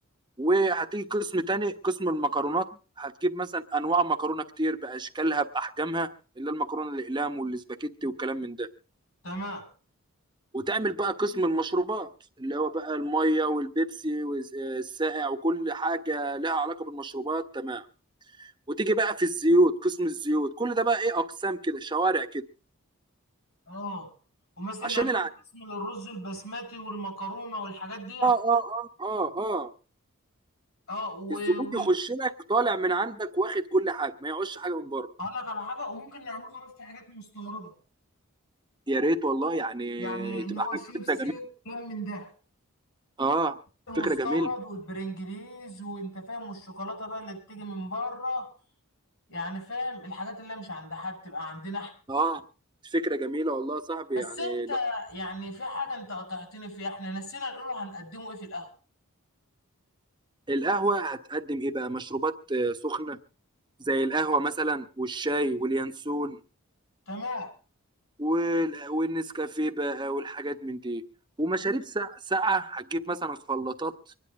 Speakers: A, on the right (about 20°); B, on the left (about 65°).
A: وهتيجي قسم تاني قسم المكرونات هتجيب مثلا انواع مكرونه كتير باشكالها باحجامها اللي هي المكرونه الاقلام والاسباجيتي والكلام من ده
B: تمام
A: وتعمل بقى قسم المشروبات اللي هو بقى الميه والبيبسي والسائع وكل حاجه لها علاقه بالمشروبات تمام وتيجي بقى في الزيوت قسم الزيوت كل ده بقى ايه اقسام كده شوارع كده
B: اه ومثلا
A: عشان
B: نعمله قسم للرز البسمتي والمكرونة والحاجات ديت
A: اه اه اه اه اه
B: اه و...
A: الزبون
B: و...
A: يخش لك طالع من عندك واخد كل حاجه ما يعوزش حاجه من بره
B: هقول لك على حاجة وممكن نعمله عارف في حاجات مستوردة
A: يا ريت والله يعني
B: يعني اللي
A: تبقى
B: هو
A: حاجه
B: شيبسي
A: فكره جميله
B: وكلام من ده
A: اه
B: المستورد
A: فكره جميله
B: والبرنجليز وانت فاهم والشوكولاتة بقى اللي بتيجي من بره يعني فاهم الحاجات اللي هي مش عند حد تبقى عندنا احنا
A: اه فكره جميله والله يا صاحبي
B: بس
A: يعني
B: انت
A: لا.
B: يعني في حاجة انت قطعتني فيها احنا نسينا نقوله هنقدمه ايه في القهوة
A: القهوه هتقدم ايه بقى مشروبات آه، سخنه زي القهوه مثلا والشاي واليانسون
B: تمام
A: وال... والنسكافيه بقى والحاجات من دي ومشاريب ساقعه ساقعه هتجيب مثلا خلاطات